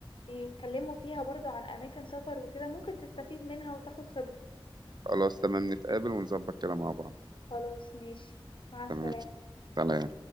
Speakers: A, on the left; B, on the right.
A: بيتكلموا فيها برضو عن أماكن سفر وكده ممكن تستفيد منها وتاخد خبرة
B: خلاص تمام نتقابل ونظبط كده مع بعض
A: خلاص ماشي مع السلامة
B: تمام سلام